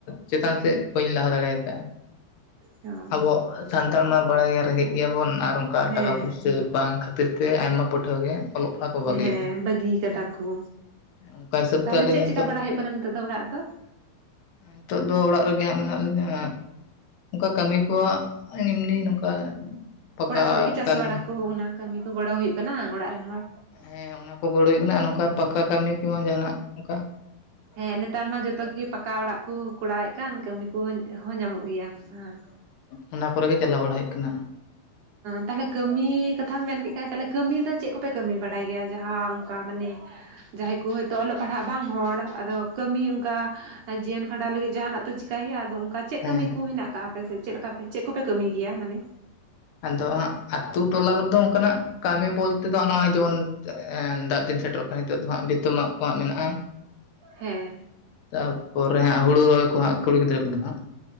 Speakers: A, on the left; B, on the right.
A: ᱪᱮᱛᱟᱱ ᱥᱮᱫ ᱵᱟᱹᱧ ᱞᱟᱦᱟ ᱫᱟᱲᱮ ᱟᱠᱟᱫᱟᱼᱟ᱾
B: ᱦᱚᱸ
A: ᱟᱵᱚ ᱥᱟᱱᱛᱟᱲ ᱢᱟ ᱵᱟᱲᱟᱭ ᱨᱮᱸᱜᱮᱡ ᱜᱮᱭᱟᱵᱚᱱ ᱟᱨ ᱚᱱᱠᱟ
B: ᱦᱮᱸ
A: ᱴᱟᱠᱟ ᱯᱩᱭᱥᱟᱹ ᱵᱟᱝ ᱠᱷᱟᱹᱛᱤᱨ ᱠᱷᱟᱹᱛᱤᱨ ᱛᱮ ᱟᱭᱢᱟ ᱯᱟᱹᱴᱷᱟᱹᱣ ᱜᱮ ᱚᱞᱚᱜ ᱯᱟᱲᱦᱟᱜ ᱠᱚ ᱵᱟᱹᱜᱤᱭᱮᱫᱼᱟ
B: ᱦᱮᱸ ᱵᱟᱹᱜᱤ ᱠᱟᱫᱟ ᱠᱚ
A: ᱚᱱᱠᱟ ᱦᱤᱥᱟᱹᱵ
B: ᱛᱟᱦᱞᱮ
A: ᱛᱮ ᱟᱹᱞᱤᱧᱟᱜ
B: ᱪᱮᱫ ᱪᱮᱠᱟ
A: ᱫᱚ
B: ᱵᱟᱲᱟᱭ ᱦᱩᱭᱩᱜ ᱠᱟᱱᱟ ᱱᱤᱛᱚᱜ ᱫᱚ ᱚᱲᱟᱜ ᱨᱮᱫᱚ
A: ᱱᱤᱛᱚᱜ ᱫᱚ ᱚᱲᱟᱜ ᱨᱮᱜᱮ ᱦᱟᱸᱜ ᱢᱮᱱᱟᱜ ᱞᱤᱧᱟᱹ ᱱᱚᱝᱠᱟ ᱠᱟᱹᱢᱤ ᱠᱚ ᱮᱢᱱᱤ ᱱᱚᱝᱠᱟ ᱯᱟᱠᱟ
B: ᱚᱲᱟᱜ ᱠᱚᱨᱮ ᱜᱮ ᱪᱟᱥ
A: ᱠᱟᱹᱢᱤ
B: ᱵᱟᱲᱟ ᱠᱚ ᱚᱱᱟ ᱠᱟᱹᱢᱤ ᱠᱚ ᱜᱚᱲᱚ ᱦᱩᱭᱩᱜ ᱠᱟᱱᱟ ᱚᱲᱟᱜ ᱨᱤᱱ ᱦᱚᱲ
A: ᱦᱮᱸ ᱚᱱᱟ ᱠᱚ ᱜᱚᱲ ᱦᱩᱭ ᱠᱟᱱᱟ ᱱᱚᱝᱠᱟ ᱯᱟᱠᱟ ᱠᱟᱹᱢᱤ ᱠᱚ ᱡᱟᱦᱟᱱᱟᱜ ᱱᱚᱝᱠᱟ
B: ᱦᱮᱸ ᱱᱮᱛᱟᱨ ᱢᱟ ᱡᱚᱛᱚ ᱜᱮ ᱯᱟᱠᱟ ᱚᱲᱟᱜ ᱠᱚ ᱠᱚᱨᱟᱣᱮᱫ ᱠᱟᱱ ᱠᱟᱹᱢᱤ ᱠᱚᱦᱚᱸ ᱧᱟᱢᱚᱜ ᱜᱮᱭᱟ ᱦᱮᱸ
A: ᱚᱱᱟ ᱠᱚᱨᱮ ᱜᱮ ᱪᱟᱞᱟᱣ ᱵᱟᱲᱟ ᱦᱩᱭᱩᱜ ᱠᱟᱱᱟ᱾
B: ᱛᱟᱦᱞᱮ ᱠᱟᱹᱢᱤ ᱠᱟᱛᱷᱟᱢ ᱢᱮᱱ ᱠᱮᱫ ᱠᱷᱟ ᱛᱟᱦᱞᱮ ᱠᱟᱹᱢᱤ ᱫᱚ ᱪᱮᱫ ᱠᱚᱯᱮ ᱠᱟᱹᱢᱤ ᱵᱟᱲᱟᱭ ᱜᱮᱭᱟ ᱡᱟᱦᱟᱸ ᱚᱱᱠᱟ ᱢᱟᱱᱮ ᱡᱟᱦᱟᱸᱭ ᱠᱚ ᱦᱚᱭ ᱛᱚ ᱚᱞᱚᱜ ᱯᱟᱲᱦᱟᱜ ᱵᱟᱝ ᱦᱚᱲ ᱟᱫᱚ ᱠᱟᱹᱢᱤ ᱚᱱᱠᱟ ᱡᱤᱭᱚᱱ ᱠᱷᱟᱸᱰᱟᱣ ᱞᱟᱹᱜᱤᱫ ᱡᱟᱦᱟᱱᱟᱜ ᱛᱚ ᱪᱤᱠᱟ ᱦᱩᱭᱩᱜᱼᱟ ᱟᱫᱚ ᱚᱱᱠᱟ ᱪᱮᱫ
A: ᱦᱮᱸ
B: ᱠᱟᱹᱢᱤ ᱠᱚ
A: ᱦᱮᱸ
B: ᱦᱮᱱᱟᱜ ᱟᱠᱟᱜᱼᱟ ᱟᱯᱮ ᱥᱮ ᱪᱮᱫ ᱞᱮᱠᱟᱯᱮ ᱪᱮᱫ ᱠᱚᱯᱮ ᱠᱟᱹᱢᱤ ᱜᱮᱭᱟ ᱢᱟᱱᱮ
A: ᱟᱫᱚ ᱟᱹᱛᱩ ᱴᱚᱞᱟ ᱨᱮᱫᱚ ᱚᱱᱠᱟᱱᱟᱜ ᱠᱟᱹᱢᱤ ᱵᱚᱞᱛᱮ ᱫᱚᱜ ᱱᱚᱜᱼᱚᱭ ᱡᱮᱢᱚᱱ ᱫᱟᱜ ᱫᱤᱱ ᱥᱮᱴᱮᱨᱚᱜ ᱠᱟᱱᱟ ᱠᱟ ᱱᱤᱛᱚᱜ ᱫᱚ ᱦᱚᱭ ᱵᱤᱛᱚᱢᱟᱜ ᱠᱚᱣᱟᱜ ᱢᱮᱱᱟᱜᱼᱟ᱾
B: ᱦᱮᱸ
A: ᱛᱟᱨᱯᱚᱨᱮ ᱦᱟᱸᱜ ᱦᱩᱲᱩ ᱨᱚᱦᱚᱭ ᱠᱚ ᱦᱟᱸᱜ ᱠᱩᱲᱤ ᱜᱤᱫᱽᱨᱟᱹ ᱠᱚᱫᱚ ᱦᱟᱸᱜ